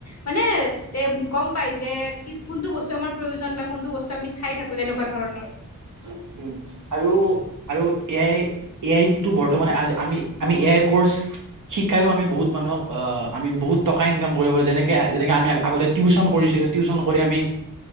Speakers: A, on the left; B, on the right.
A: মানে তে গম পাইছে। যে কি কোনটো বস্তু আমাৰ প্ৰয়োজন বা কোনটো বস্তু আমি চাই থাকো তেনেকুৱা ধৰণৰ।
B: উ আৰু আৰু এ আই এ আই টো বৰ্তমান আমি আমি এ আই কৰ্চ। শিকাইও আমি বহুত মানুহক অ' আমি বহু টকা ইকাম কৰিব পাৰো যেনেকে যেনেকে আমি আগতে টিউশচন কৰিছো। টিউচন কৰি আমি